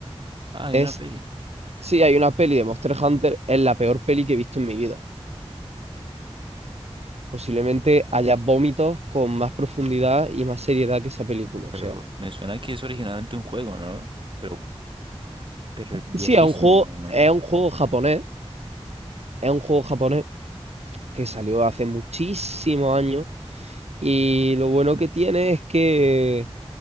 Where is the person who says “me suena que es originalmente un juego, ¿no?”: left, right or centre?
Right